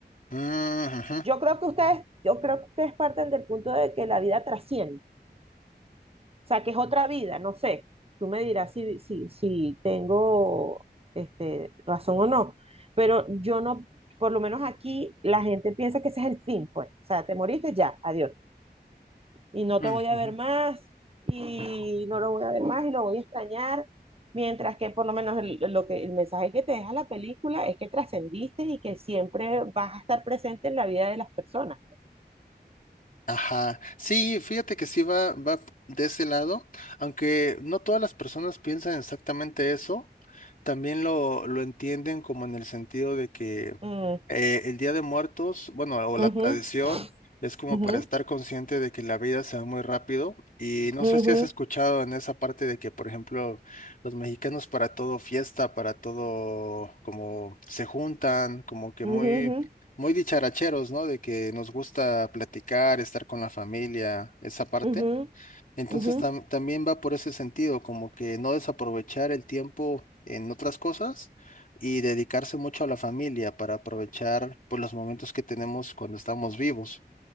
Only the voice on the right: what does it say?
Yo creo que ustedes, yo creo que ustedes parten del punto de que la vida trasciende, o sea, que es otra vida, no sé. Tú me dirás si, si, si tengo este, razón o no, pero yo no, por lo menos aquí la gente piensa que ese es el fin, pues, o sea, te moriste ya, adiós, y no
te voy a
ver más, y no lo voy a ver más, y lo voy a extrañar, mientras que por lo menos el, lo que, el mensaje que te deja la película es que trascendiste y que siempre vas a estar presente en la vida de las personas.
Mm,
ujú.
Ujú,
ujú,
ujú, ujú,
ujú,
ujú.